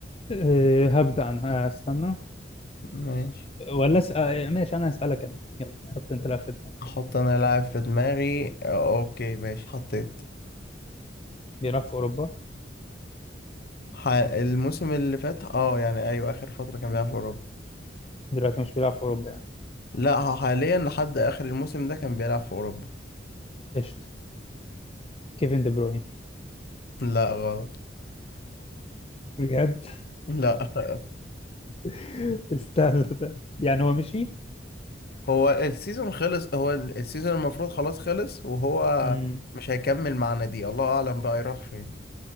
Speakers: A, on the left; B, on the left.
A: أه هبدا انا آه، استنى
B: ماشي
A: ولا اسال ماشي انا هسالك انا يلا حط انت لاعب في دماغك.
B: احط انا لاعب في دماغي آه، اوكي ماشي حطيت
A: بيلعب في اوروبا
B: ح... الموسم اللي فات اه يعني ايوه اخر فترة كان بيلعب في اوروبا
A: دلوقتي مش بيلعب في اوروبا يعني
B: لا هو حاليا لحد اخر الموسم ده كان بيلعب في اوروبا
A: قشطه كيفن دي بروين
B: لا غلط
A: بجد
B: لا <laughs>
A: <laughs> استنى طيب. يعني هو مشي
B: هو السيزون خلص هو السيزون المفروض خلاص خلص وهو
A: امم
B: مش هيكمل معانا دي الله اعلم بقى يروح فين